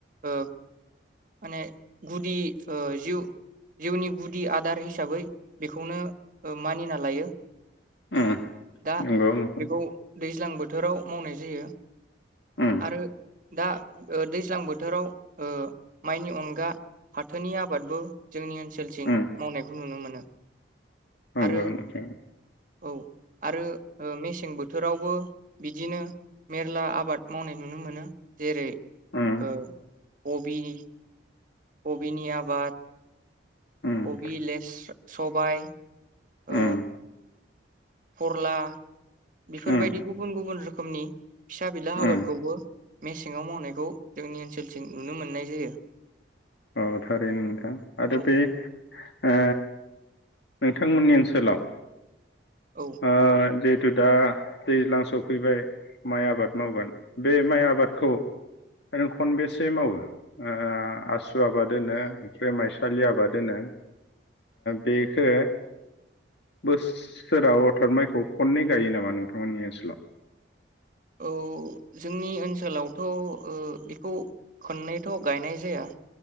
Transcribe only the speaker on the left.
उम
नंगौ नोंथां
उम
उम
नंगौ
नोंथां
उम
उम
उम
उम
उम
औ थारैनो नोंथां आरो
बे ओ नोंथांमोननि ओनसोलाव
ओ जे थु दा दैज्लां सफैबाय माइ आबाद मावगोन बे माइ आबादखौ ओरैनो खनबेसे मावो ओ आसु बसु आबाद होनो ओमफ्राय माइसालि आबाद होनो बेखौ बोसोराव अरथाद माइखौ खननै गायो नामा नोंथांमोननि ओनसोलाव